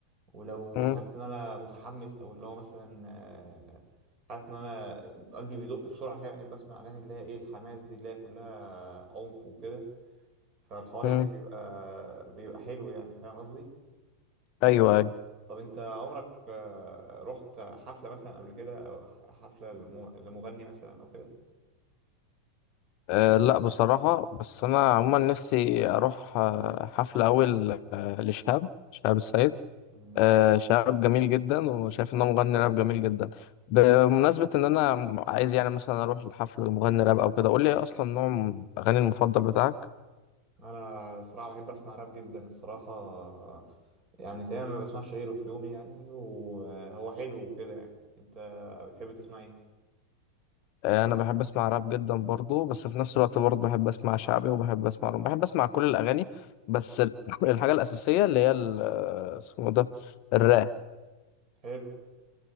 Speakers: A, on the right; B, on the left.
A: ولو
B: مم،
A: حاسس ان انا متحمس او اللي هو مثلا أه حاسس ان انا قلبي بيدق بسرعه كده بحب اسمع اغاني اللي هي ايه الحماس دي اللي هي كلها عنف وكده فالحوار
B: مم.
A: يعني بيبقى بيبقى حلو يعني فاهم قصدي
B: ايوه أيوة.
A: طب انت عمرك آه، رحت حفلة مثلا قبل كده او ح- حفلة لم- لمغني مثلا او كده
B: أه لا بصراحة بس أنا عموما نفسي أروح آه، حفلة أول آه، لشهاب شهاب السيد
A: مم.
B: أه شهاب جميل جدا وشايف إن هو مغني راب جميل جدا بمناسبة إن أنا عايز يعني مثلا أروح لحفل مغني راب أو كده قول لي إيه أصلا نوع الأغاني المفضل بتاعك
A: انا الصراحة بحب اسمع راب جدا الصراحة آه، يعني تقريبا ما بسمعش غيره في يومي يعني وهو حلو وكده يعني انت بتحب تسمع ايه
B: أه أنا بحب أسمع راب جدا برضو بس في نفس الوقت برضو بحب أسمع شعبي وبحب أسمع روم، بحب أسمع كل الأغاني بس ال- <laughs> الحاجة الأساسية اللي هي ال- آه، اسمه ده الراب
A: حلو